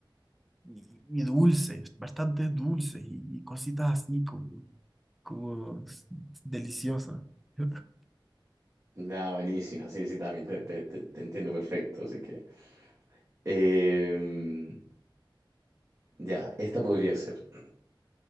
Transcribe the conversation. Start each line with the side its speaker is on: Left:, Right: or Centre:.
Centre: Y, y dulces, bastantes dulces y, y cositas así como, como s- deliciosas. <laughs>
Right: Nada, buenísimo. Sí, sí, también te, te- te- te entiendo perfecto. Así que. em, ya, esta podría ser.